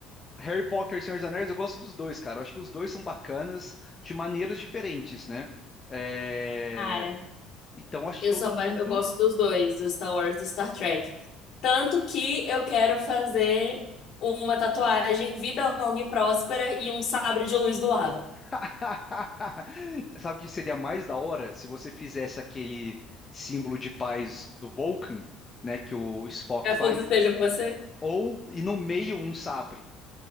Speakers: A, on the left; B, on the left.
A: Harry Potter e Senhor dos Anéis, eu gosto dos dois, cara. Eu acho que os dois são bacanas de maneiras diferentes, né? É,
B: Cara,
A: Então, acho
B: Eu
A: que todo
B: sou, apa-
A: mundo.
B: eu gosto dos dois, do Star Wars e do Star Trek. Tanto que eu quero fazer uma tatuagem vida longa e próspera e um sabre de luz do lado.
A: <laughs> Sabe o que seria mais da hora se você fizesse aquele símbolo de paz do Vulcan, né? Que o Spock
B: Que a
A: faz,
B: força esteja com você.
A: ou e no meio um sabre.